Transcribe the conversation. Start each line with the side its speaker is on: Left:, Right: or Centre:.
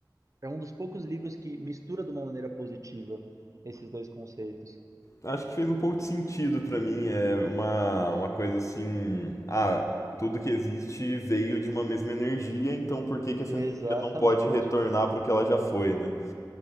Right: é um dos poucos livros que mistura de uma maneira positiva esses dois conceitos.
Left: Acho que fez um pouco de sentido pra mim. É uma, uma coisa assim. Ah, tudo que existe veio de uma mesma energia, então por que que essa
Right: Exatamente.
Left: energia não pode retornar pro que ela já foi, né?